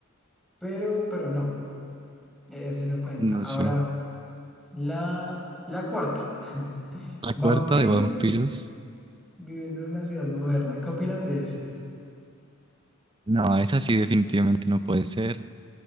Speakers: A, in the centre; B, on the right.
A: Pero, pero no, e- ese no cuenta.
B: No
A: Ahora,
B: sé.
A: la, la cuarta.
B: La
A: Vampiros
B: cuarta de vampiros.
A: viven en una ciudad moderna. ¿Qué opinas de eso?
B: No, esa sí definitivamente no puede ser.